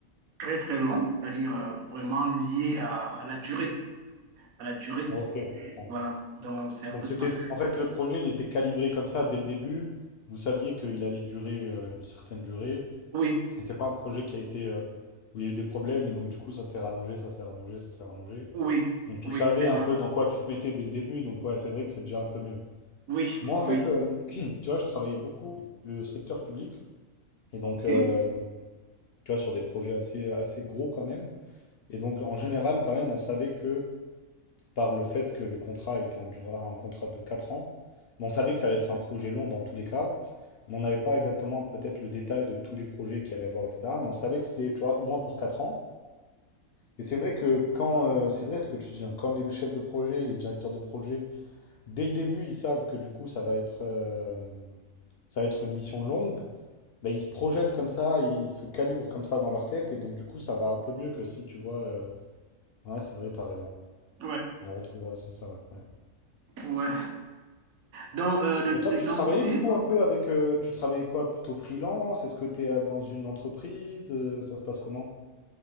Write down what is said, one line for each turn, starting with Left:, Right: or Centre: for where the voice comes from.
Right: très, très long, c'est-à-dire euh, vraiment lié à, à la durée, à la durée.
Left: Ah, ok, je comprends.
Right: Voilà, donc c'est un
Left: Donc
Right: peu
Left: c'était,
Right: ça.
Left: en fait, le projet, il était calibré comme ça dès le début. Vous saviez qu'il allait durer euh, une certaine durée.
Right: Oui,
Left: Et c'est pas un projet qui a été euh, où il y a eu des problèmes et donc du coup ça s'est rallongé, ça s'est rallongé, ça s'est rallongé.
Right: oui,
Left: Donc tu
Right: oui,
Left: savais
Right: c'est ça.
Left: un peu dans quoi tu te mettais dès le début, donc ouais, c'est vrai que c'est déjà un peu mieux.
Right: Oui,
Left: Moi en
Right: oui.
Left: fait, euh, <clears throat> tu vois, je travaillais beaucoup avec le secteur public et donc
Right: OK.
Left: euh, tu vois sur des projets assez assez gros quand même. Et donc en général quand même, on savait que par le fait que le contrat était un, dura- un contrat de 4 ans, mais on savait que ça allait être un projet long dans tous les cas. Mais on n'avait pas exactement peut-être le détail de tous les projets qu'il allait y avoir, etc. Mais on savait que c'était, tu vois, au moins pour 4 ans. Et c'est vrai que quand, euh, c'est vrai ce que tu dis, hein, quand les chefs de projet, les directeurs de projet, dès le début, ils savent que du coup, ça va être, euh, ça va être une mission longue, bah, ils se projettent comme ça, ils se calibrent comme ça dans leur tête, et donc du coup, ça va un peu mieux que si tu vois. euh, Ouais, c'est vrai, t'as raison.
Right: Ouais,
Left: On retrouve, ouais, c'est ça, ouais, ouais.
Right: ouais. Donc, euh, de,
Left: Et
Right: de
Left: toi, tu
Right: ton
Left: travaillais
Right: côté,
Left: du coup un peu avec, euh, tu travaillais quoi, plutôt freelance? Est-ce que tu es dans une entreprise? Euh, ça se passe comment?